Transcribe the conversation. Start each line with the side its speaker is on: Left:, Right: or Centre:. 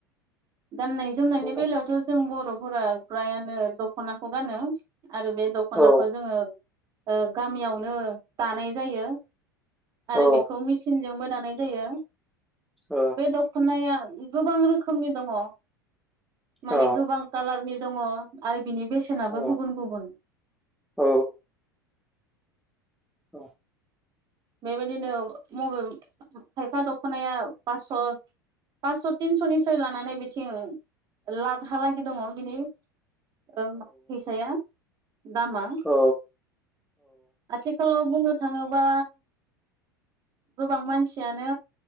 Right: गाननाय जोमनायनि
Centre: नोंथां
Right: बेलायावथ' जों बर'फोरा फ्रायानो दख'नाखौ गानो। आरो बे दख'नाखौ
Centre: औ
Right: जोङो ओ गामियावनो दानाय जायो। आरो
Centre: औ
Right: बेखौ मेसिनजोंबो दानाय जायो
Centre: औ
Right: बे दख'नाया गोबां रोखोमनि दङ। माने
Centre: औ
Right: गोबां कालारनि दङ आरो बिनि बेसेनाबो
Centre: औ
Right: गुबुन-गुबुन। <unintelligible>
Centre: औ औ
Right: बेबायदिनो मबे खायफा दख'नाया पास्स'। पास्स' तिनस'निफ्राय लानानै बिथिं लागहालागि दङ बिनि ओ फैसाया दामा।
Centre: औ
Right: आथिखालाव बुंनो थाङोबा गोबां मानसियानो